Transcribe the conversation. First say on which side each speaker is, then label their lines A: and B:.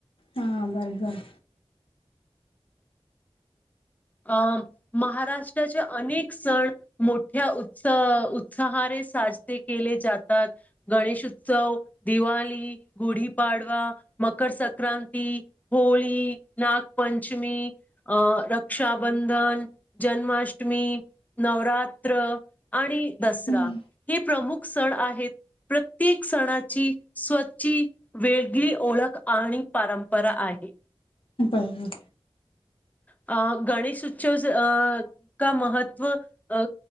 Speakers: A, on the left; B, on the left.
A: हा बर बर.
B: अं महाराष्ट्राचे अनेक सण मोठ्या उत्स उत्साहारे साजरे केले जातात. गणेशउत्सव, दिवाली, गुढीपाडवा, मकर संक्रांती. होळी, नागपंचमी, अ र रक्षाबंधन, जन्माष्टमी, नवरात्र आणि दसरा
A: हम्म
B: हे प्रमुख सण आहेत प्रत्येक सणाची स्वची वेगळी ओळख आणि परंपरा आहे
A: बरं बरं
B: अ गणेश उत्सव अ का महत्त्व अ